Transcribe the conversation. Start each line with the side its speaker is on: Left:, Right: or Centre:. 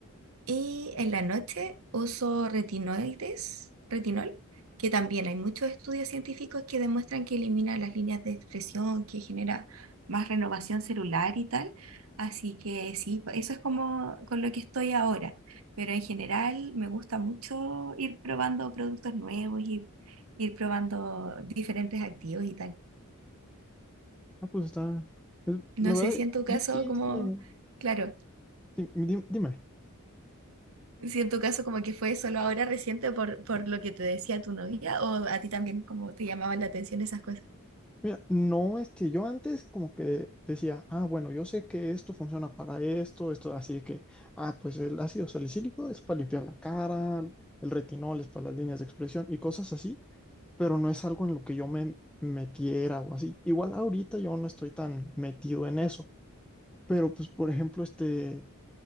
Right: Y en la noche uso retinoides, retinol, que también hay muchos estudios científicos que demuestran que elimina las líneas de expresión, que genera más renovación celular y tal. Así que sí, pues, eso es como con lo que estoy ahora. Pero en general me gusta mucho ir probando productos nuevos, ir, ir probando diferentes activos y tal.
Centre: Ah, pues está, es-
Right: No
Centre: la verdad,
Right: sé si en tu caso,
Centre: yo sí, este,
Right: como, claro.
Centre: sí, di- dime.
Right: Si en tu caso como que fue solo ahora reciente por, por lo que te decía tu novia o a ti también como te llamaban la atención esas cosas.
Centre: Mira, no, este, yo antes como que decía, ah, bueno, yo sé que esto funciona para esto, esto, así que, ah, pues el ácido salicílico es para limpiar la cara, el retinol es para las líneas de expresión y cosas así, pero no es algo en lo que yo me metiera o así. Igual ahorita yo no estoy tan metido en eso, pero pues, por ejemplo, este,